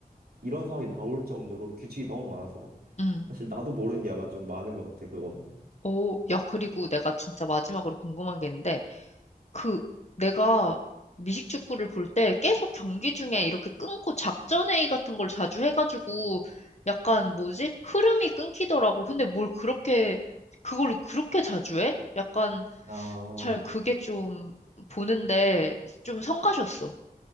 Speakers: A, on the right; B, on the left.
A: 이런 상황이 나올 정도로 규칙이 너무 많아서
B: 음.
A: 사실 나도 모르는 게 아마 좀 많은 것 같아 그거는.
B: 오, 야, 그리고 내가 진짜 마지막으로 궁금한 게 있는데, 그, 내가 미식축구를 볼 때 계속 경기 중에 이렇게 끊고 작전회의 같은 걸 자주 해가지고, 약간 뭐지? 흐름이 끊기더라고. 근데 뭘 그렇게, 그걸 그렇게 자주 해? 약간
A: 아,
B: 잘 그게 좀 보는데 좀 성가셨어.